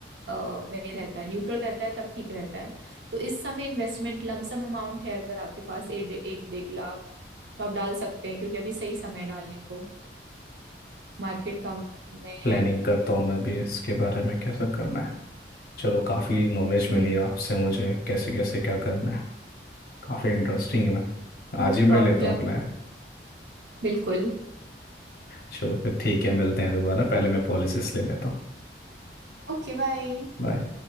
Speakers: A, on the right; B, on the left.
A: अ, में रहता है न्यूट्रल रहता है तब ठीक रहता है तो इस समय इन्वेस्टमेंट लमसम अमाउंट है अगर आपके पास एक एक डेढ़ लाख तो आप डाल सकते हैं क्योंकि अभी सही समय है डालने को मार्केट कम में है
B: प्लानिंग करता हूँ मैं भी इसके बारे में कैसा करना है चलो काफ़ी नॉलेज
A: हम्म
B: मिली आपसे मुझे कैसे कैसे क्या करना है काफ़ी इंटरेस्टिंग है मैं
A: No
B: आज ही मैं
A: problem
B: लेता हूँ अप्लाई
A: <laughs> बिल्कुल
B: चलो फिर ठीक है मिलते हैं दोबारा पहले मैं पॉलिसिस ले लेता हूँ
A: Okay bye
B: बाय